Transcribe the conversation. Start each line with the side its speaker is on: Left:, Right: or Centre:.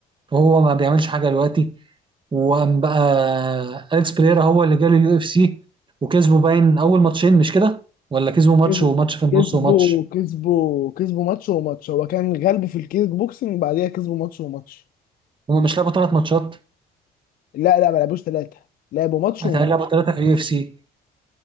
Right: وهو ما بيعملش حاجه دلوقتي وقام بقى اليكس بريرا هو اللي جاله اليو اف سي وكسبوا باين اول ماتشين مش كده ولا كسبوا ماتش
Left: كسب
Right: وماتش في النص
Left: كسبوا
Right: وماتش
Left: كسبوا كسبوا ماتش وماتش هو كان غلبه في الكيك بوكسنج بعديها كسبوا ماتش وماتش
Right: هما مش لعبوا ثلاث ماتشات
Left: لا لا ما لعبوش ثلاثة لعبوا ماتش
Right: هيتهيألي
Left: وم...
Right: لعبوا ثلاثه في اليو اف سي